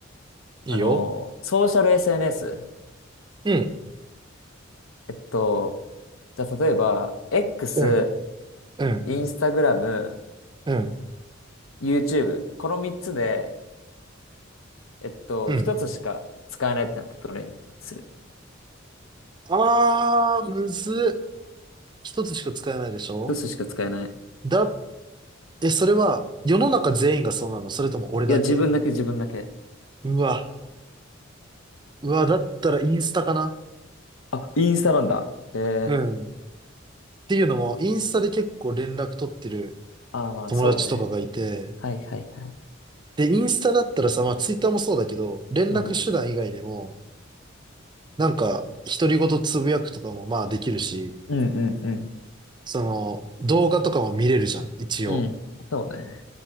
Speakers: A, on the right (about 20°); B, on the left (about 85°).
A: いいよ。
B: あの、ソーシャル SNS。
A: うん。
B: えっと、じゃあ例えば、X、
A: うん。うん。
B: Instagram、
A: うん。
B: YouTube。この3つで、えっと、
A: うん。
B: 1つしか使えないってなったらどれにする
A: あー、むずっ。一つしか使えないでしょ
B: ?1 つしか使えない。
A: だ、え、それは、世の中全員がそうなのそれとも俺だけ
B: いや、自分だけ自分だけ。
A: うわ。うわ、だったらインスタかな
B: あ、インスタなんだ。へえ。
A: うん。っていうのも、インスタで結構連絡取ってる
B: ああ、まあ、
A: 友達とかがいて、
B: そうね。はいはいはい。
A: で、インスタだったらさ、まあ、ツイッターもそうだけど、連絡手段以外にも、
B: うん。
A: なんか、独り言つぶやくとかもまあできるし、
B: うんうんうん。
A: その、動画とかも見れるじゃん、一応。
B: うん。そうね。